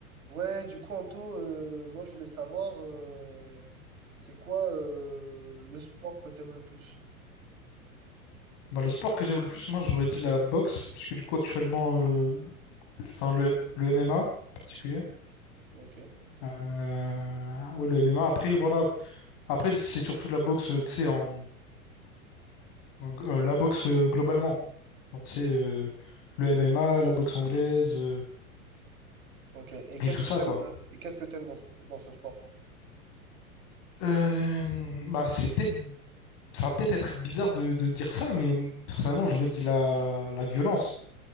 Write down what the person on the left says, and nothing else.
Bah, le sport que j'aime le plus, moi, j'aurais dit la boxe, puisque du coup, actuellement, euh, enfin, le, le MMA en particulier.
Euh, ouais, le MMA. Après, voilà. Après, c'est surtout la boxe, euh, tu sais, en, en- euh, la boxe euh, globalement. Genre, tu sais, euh, le MMA, la boxe anglaise, euh,
et tout
ça,
quoi.
Euh, bah, c'est peut-être, ça va peut-être être bizarre de, de dire ça, mais personnellement, j'aurais dit la, la violence.